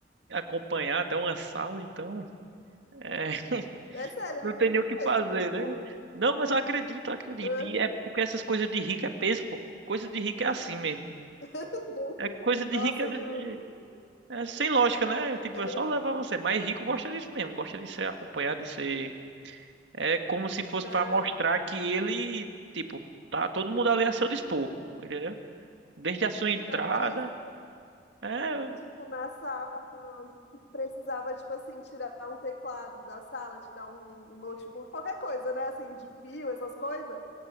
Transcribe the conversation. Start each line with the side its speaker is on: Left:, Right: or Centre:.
Right: acompanhar até uma sala, então. É, <laughs>
Left: É sério, era
Right: não tem
Left: isso
Right: nem o que
Left: mesmo.
Right: fazer,
Left: Tipo,
Right: né? Não, mas eu acredito, eu acredito.
Left: aham.
Right: E é porque essas coisas de rico é peso, pô. Coisa de rico é assim mesmo.
Left: <laughs>
Right: É coisa de
Left: nossa,
Right: rico é
Left: eu
Right: desse
Left: juro.
Right: jeito. É sem lógica, né? Tipo,
Left: Era,
Right: é só levar você. Mas rico gosta disso mesmo, gosta de ser acompanhado, de ser. É como se fosse
Left: não,
Right: pra mostrar que ele, tipo, tá todo mundo ali a seu dispor, entendeu? Desde a sua entrada.
Left: Pior que era isso,
Right: É.
Left: tipo, na sala, tu precisava, tipo assim, tirar um teclado da sala, tirar um, um notebook, qualquer coisa, né, assim, de fio, essas coisas.